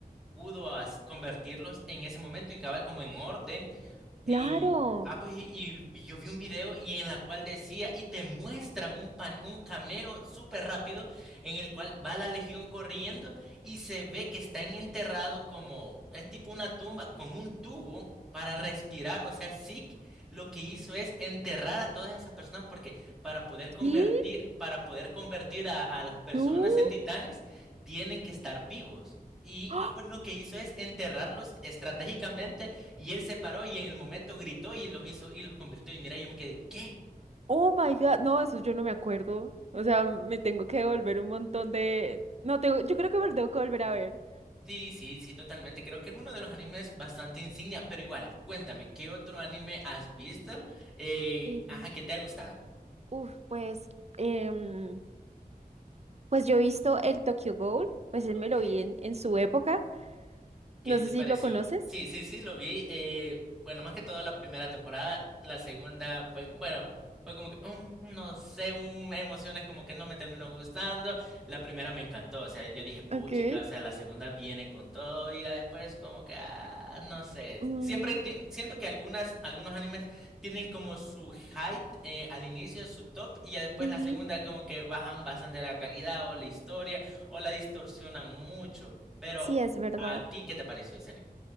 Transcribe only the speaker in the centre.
pudo as- convertirlos en ese momento y cabal como en orden? Y,
ah, pues, y, y yo vi un video y en la cual decía, y te muestran un, pan- un cameo súper rápido en el cual va la legión corriendo y se ve que están enterrados como, es tipo una tumba con un tubo para respirar. O sea, Zeke lo que hizo es enterrar a todas esas personas porque para poder convertir,
para poder convertir a, a las personas
en titanes, tienen que estar vivos. Y
ah, pues lo que hizo es enterrarlos estratégicamente y él se paró y en el momento gritó y los hizo y los convirtió. Y mira, yo me quedé, ¿qué?
Sí, sí, sí, totalmente. Creo que es uno de los animes bastante insignia, pero igual, cuéntame, ¿qué otro anime has visto? Eh,
ajá, que te ha gustado?
Ok.
¿Qué
te
pareció?
Sí, sí, sí, lo vi. Eh, bueno, más que todo la primera temporada, la segunda fue, bueno, fue como que, mm, no sé, un, emociones como que no me terminó gustando. La primera me encantó, o sea, yo dije, puchica,
o sea, la segunda viene con todo y ya después como que, ah, no sé.
Siempre ti- siento que algunas, algunos animes tienen como su height eh, al inicio, su top, y ya después
la segunda como que bajan bastante la calidad o la historia o la distorsionan mucho. Pero
¿A ti qué te pareció ese anime?